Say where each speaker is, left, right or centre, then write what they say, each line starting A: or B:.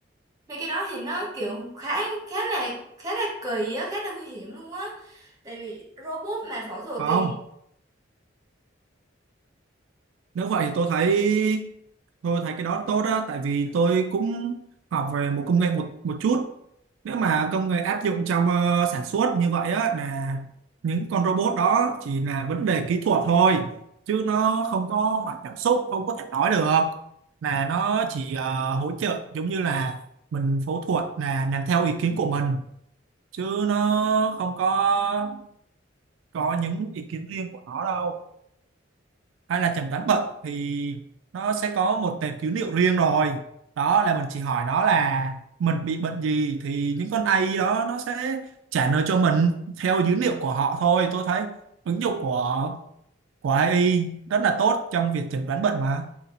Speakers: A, on the right; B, on the right.
A: mấy cái đó thì nó kiểu khá khá là khá là kỳ á khá là nguy hiểm luôn á tại vì robot mà phẫu thuật
B: phải
A: thì
B: không nếu vậy thì tôi thấy Tôi thấy cái đó tốt đó tại vì tôi cũng học về một công nghệ một một chút nếu mà công nghệ áp dụng trong ờ, sản xuất như vậy á là những con robot đó chỉ là vấn đề kỹ thuật thôi chứ nó không có mặt cảm xúc không có thể nói được là nó chỉ ờ, hỗ trợ giống như là mình phẫu thuật là làm theo ý kiến của mình chứ nó không có có những ý kiến riêng của nó đâu hay là chẩn đoán bệnh thì nó sẽ có một tệp dữ liệu riêng rồi đó là mình chỉ hỏi nó là mình bị bệnh gì thì những con AI đó nó sẽ trả lời cho mình theo dữ liệu của họ thôi tôi thấy ứng dụng của của AI rất là tốt trong việc chẩn đoán bệnh mà